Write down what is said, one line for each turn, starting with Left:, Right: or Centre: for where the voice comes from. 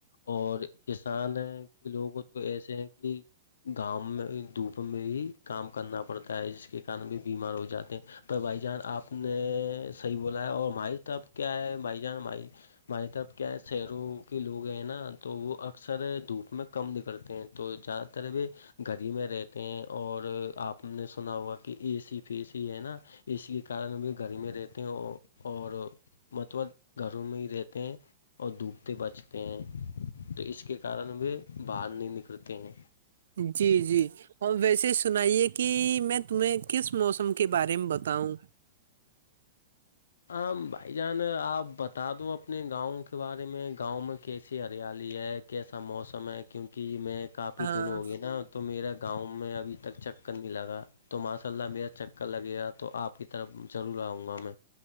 Left: اور کسان کے لوگوں تو ایسے ہیں کہ گاؤں میں دھوپ میں ہی کام کرنا پڑتا ہے جس کے کن بھی بیمار ہو جاتے ہیں- پر بھائی جان آپ نے صحیح بولا ہے اور مائی تب کیا ہے بھائی جان مائی- ہماری طرف کیا ہے شہروں کے لوگ ہیں نا تو وہ اکثر دھوپ میں کم نکھتے ہیں- تو جہد تر ا بھی گڑی میں رہتے ہیں اور آپ نے سنا ہوا کہ اے سی فی سی ہے نا- اس کے کارن بھی گھر میں رہتے ہیں اور متبہ گھروں میں ہی رہتے ہیں اور ڈوبتے بچتے ہیں- تو اس کے کارن وہ باہر نہیں نکلتے ہیں-
Right: جی جی اور ویسے سنائیے کہ میں تمہیں کس موسم کے بارے میں بتاؤں
Left: ہ بھائی جان آپ بتا دو اپنے گاؤں کے بارے میں گاؤں میں کیسی ہریالی ہے کیسا موسم ہے کیونکہ میں کافی
Right: ہاں
Left: دن ہو گیا نا تو میرا گاؤں میں ابھی تک چکر نہیں لگا تو ماشاء اللہ میرا چکر لگے گا تو آپ کی طرف ضرور آؤں گا میں